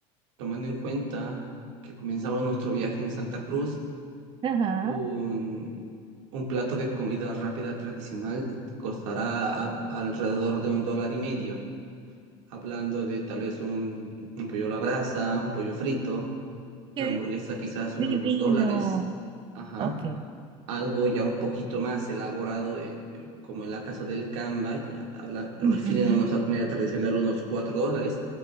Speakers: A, on the right (about 85°); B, on the right (about 30°).
A: tomando en cuenta que comenzaba nuestro viaje en Santa Cruz,
B: Ajá.
A: Un, un plato de comida rápida tradicional te costará a- alrededor de un dólar y medio, hablando de tal vez un, un pollo a la brasa, un pollo frito,
B: Qué
A: una hamburguesa quizás unos
B: di- divino.
A: dos dólares, ajá,
B: Ok.
A: algo ya un poquito más elaborado, eh, como en la casa del Camba, habla- refiriéndonos
B: Ujú.
A: a comida tradicional, unos cuatro dólares.